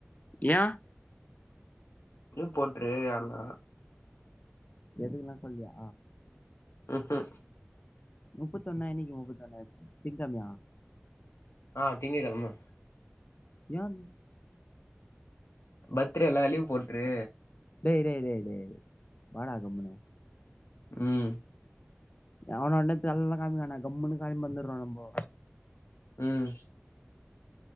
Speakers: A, on the left; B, on the left.
A: ஏ
B: லீவ் போட்ரு ஆனா
A: எதுக்கெல்லா சொல்லியா
B: ம் ஹூ
A: முப்பத் ஒன்னா அன்னைக்கி முப்பத்த ஒன்னா திங்கெழமியா
B: ஆ திங்ககெழம
A: யான்
B: பர்த்டே இல்ல லீவ் போட்ரு
A: டேய் டேய் டேய் டேய் வாடா கமுன்னு
B: ம்
A: எவனான்ட இப்பெல்லா காமிக்க வேணா கம்முனு கெளம்பி வந்துரோ நம்போ
B: ம்